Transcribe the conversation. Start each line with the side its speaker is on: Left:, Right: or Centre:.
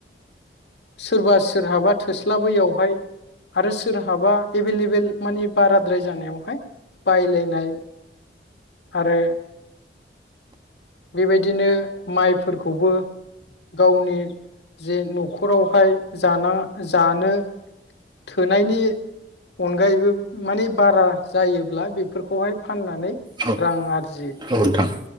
Left: सोरबा सोरहाबा थोस्लाबैयावहाय आरो सोरहाबा एभेलेबेल मानि बाराद्राय जानायावहाय बायलायनाय आरो बेबायदिनो माइफोरखौबो गावनि जे न'खरावहाय जाना जानो थोनायनि अनगायैबो माने बारा जायोब्ला बेफोरखौहाय फाननानै
Right: औ
Left: रां आरजियो
Right: औ नोंथां